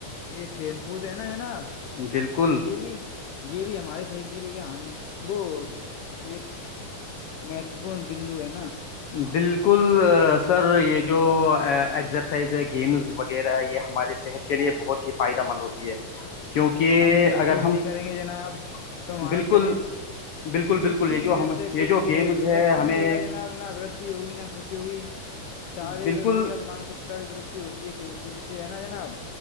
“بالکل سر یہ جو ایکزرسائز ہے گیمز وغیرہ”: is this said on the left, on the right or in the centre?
Left